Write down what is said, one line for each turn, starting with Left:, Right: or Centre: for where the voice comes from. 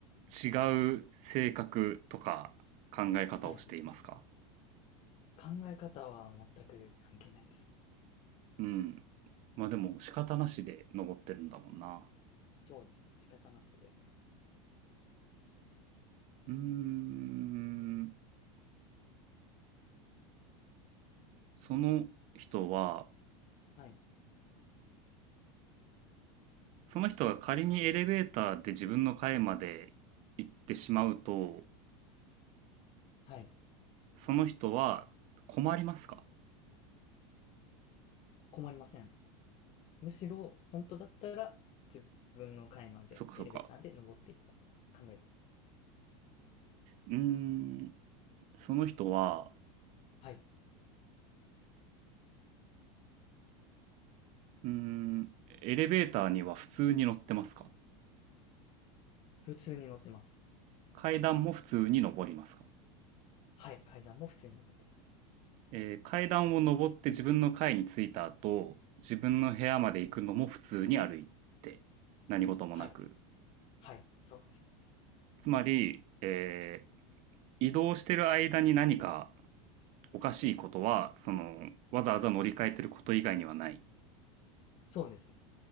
Right: 違う性格とか考え方をしていますか
Left: はい。考え方は全く関係ないです。
Right: うん。まあでも仕方なしで登ってるんだもんな。
Left: そうですね、仕方なしで。
Right: うーん。その人は、
Left: はい。
Right: その人が仮にエレベーターで自分の階まで行ってしまうと、
Left: はい。
Right: その人は困りますか
Left: 困りません。むしろ、本当だったら、自分の階までエレベーターで登っていきたい、
Right: そっかそっか。
Left: 考えてます。
Right: うーん、その人は、
Left: はい。
Right: うーん、エレベーターには普通に乗ってますか
Left: 普通に乗ってます。
Right: 階段も普通に登りますか
Left: はい、階段も普通に登ってます。
Right: えー階段を登って自分の階に着いた後、自分の部屋まで行くのも普通に歩いて、何事もなく。
Left: はい、はい、そうですね。
Right: つまり、えー移動してる間に何かおかしいことは、その、わざわざ乗り換えてること以外にはない。
Left: そうですね。